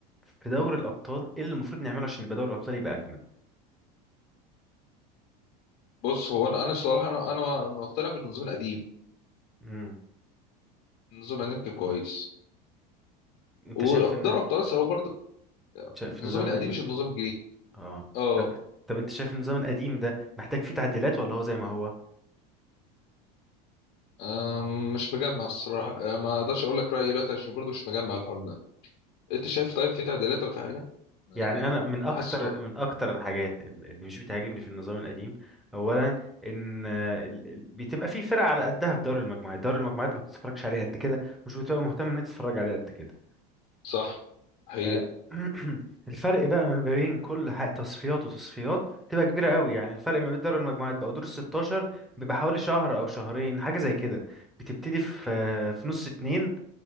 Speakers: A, in the centre; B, on the left.
A: في دوري الابطال ايه اللي المفروض نعمله عشان يبقى دوري الابطال يبقى اجمل
B: بص هو انا انا الصراحه انا انا مقتنع بالنظام القديم
A: امم
B: النظام القديم كان كويس
A: انت
B: ودوري
A: شايف ان
B: ابطال اسيا هو برضه
A: شايف
B: النظام
A: النظام
B: القديم
A: القديم
B: مش النظام الجديد
A: اه
B: اه
A: طب طب انت شايف النظام القديم ده محتاج فيه تعديلات ولا هو زي ما هو
B: آم، مش مجمع الصراحه آه، ما اقدرش اقول لك رايي دلوقتي عشان برضه مش مجمع الحوار ده انت شايف طيب في تعديلات ولا في حاجه آه،
A: يعني انا من اكتر
B: حاسس إن هو
A: من اكتر الحاجات ال- اللي مش بتعجبني في النظام القديم اولا ان آه، ال- ال- بتبقى في فرق على قدها في دوري المجموعات دوري المجموعات ما بتتفرجش عليه قد كده مش بتبقى مهتم ان انت تتفرج عليه قد كده
B: صح حقيقة
A: آه، <clears throat> الفرق بقى ما بين كل ح- تصفيات وتصفيات تبقى كبيره قوي يعني الفرق ما بين دوري المجموعات بقى ودور ال 16 بيبقى حوالي شهر او شهرين حاجه زي كده بتبتدي في آه، في نص اتنين